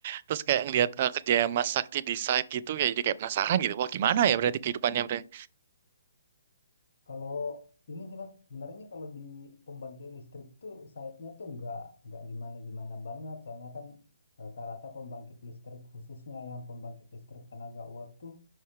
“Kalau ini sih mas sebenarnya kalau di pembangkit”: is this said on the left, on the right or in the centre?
Left